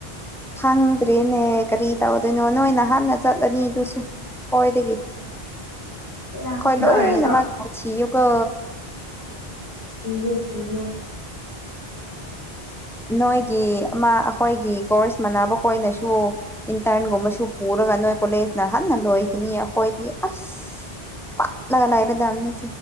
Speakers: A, in the centre; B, on the left (about 85°).
A: ꯍꯥꯡꯗ꯭ꯔꯦꯅꯦ ꯀꯔꯤ ꯇꯧꯗꯣꯏꯅꯣ ꯅꯣꯏꯅ ꯍꯥꯟꯅ ꯆꯠꯂꯅꯤ ꯑꯗꯨꯁꯨ ꯈꯣꯏꯗꯒꯤ
B: ꯌꯥ
A: ꯑꯈꯣꯏ
B: ꯑꯗꯨ
A: ꯂꯣꯏꯅꯃꯛ
B: ꯑꯣꯏꯔꯁꯨ
A: ꯄꯨꯟꯁꯤꯌꯣꯀꯣ
B: ꯊꯤꯒꯦ ꯊꯤꯒꯦ
A: <inaudible> ꯅꯣꯏꯒꯤ ꯑꯃ ꯑꯩꯈꯣꯏꯒꯤ ꯀꯣꯔꯁ ꯃꯅꯕ ꯈꯣꯏꯅꯁꯨ ꯏꯟꯇꯔꯟꯒꯨꯝꯕꯁꯨ ꯄꯨꯔ ꯒꯥ ꯅꯣꯏ ꯀꯣꯂꯦꯖꯅ ꯍꯥꯟꯅ ꯂꯣꯏꯈꯤꯅꯤ ꯑꯈꯣꯏꯗꯤ ꯑꯁ ꯄꯠꯂ ꯂꯩꯒꯗꯝꯅꯤ